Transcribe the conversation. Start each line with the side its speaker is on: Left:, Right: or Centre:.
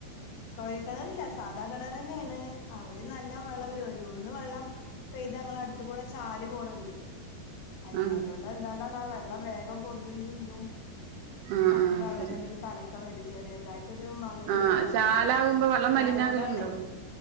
Left: കൊഴല്‌ക്കെണറില്ല സാധാ കെണർ തന്നെയാണ് അവിടെ നല്ലാം വെള്ളം വരും അ ഒന്ന് വെള്ളം ഇപ്പൊെയ്ത്ങ്ങള അടുത്ത കൂടെ ചാല് പോണണ്ട് അ
Right: ആ
Left: അതുകൊണ്ട് എന്ത കൊണ്ടണ്ട വെള്ളം വേകം പൊന്തും ചെയ്യും
Right: ആ ആ
Left: അപ്പൊ
Right: ആ
Left: വെള്ളത്തിന്
Right: ശരി
Left: ഒരു കല ഇം വര ചെറിയതായിട്ടൊരു മാങ്ങല്
Right: ആ
Left: വരും
Right: ചാലാകുമ്പോ
Left: ഇതിന്
Right: വെള്ളം
Left: തോടാണേ
Right: മലിനാകലുണ്ടോ